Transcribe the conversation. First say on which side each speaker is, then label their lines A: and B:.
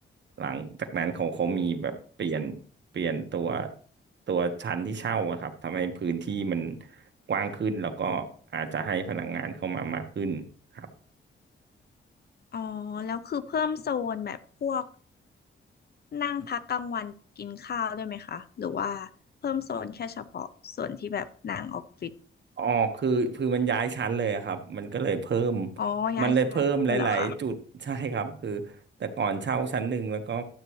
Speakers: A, on the right (about 60°); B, on the left (about 50°).
A: หลังจากนั้นเขาเขามีแบบเปลี่ยนเปลี่ยนตัวตัวชั้นที่เช่าอะครับทำให้พื้นที่มันกว้างขึ้นแล้วก็อาจจะให้พนักงานเข้ามามากขึ้นครับ
B: อ๋อ แล้วคือเพิ่มโซนแบบพวกนั่งพักกลางวันกินข้าวด้วยไหมคะ หรือว่าเพิ่มโซนแค่เฉพาะส่วนที่แบบนั่งออฟฟิศ
A: อ๋อคือคือมันย้ายชั้นเลยอะครับมันก็เลยเพิ่ม
B: อ๋อย้ายชั้นเลยเหรอคะ
A: มันเลยเพิ่มหลายๆจุด <laughs> ใช่ครับคือแต่ก่อนเช่าชั้นหนึ่งแล้วก็